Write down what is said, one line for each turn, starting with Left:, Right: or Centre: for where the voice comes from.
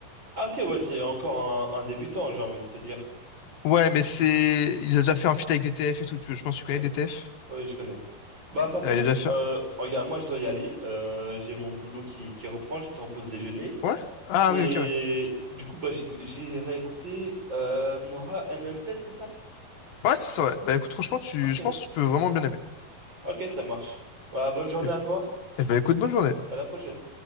Right: Ah, ok, ouais, c'est encore un, un débutant, j'ai envie de te dire.
Left: Ouais, mais c'est. Il a déjà fait un feat avec DTF et tout. tu- Je pense que tu
Right: Ok,
Left: connais DTF.
Right: oui, je connais. Bah, de toute façon,
Left: Euh, il a déjà fait.
Right: euh, regarde, moi, je dois y aller. Euh, j'ai mon boulot qui, qui reprend, j'étais en pause déjeuner.
Left: Ouais? Ah
Right: Et
Left: oui, ok, ouais.
Right: du coup, bah, j'écou- j'ai réécouté euh, Moira M M Z. c'est ça?
Left: Ouais, c'est ça, ouais. Bah écoute, franchement, tu...
Right: Ok.
Left: je pense que tu peux vraiment bien aimer.
Right: Ok, ça marche. Bah, bonne journée
Left: Et...
Right: à toi.
Left: eh bah écoute, bonne journée.
Right: À la prochaine.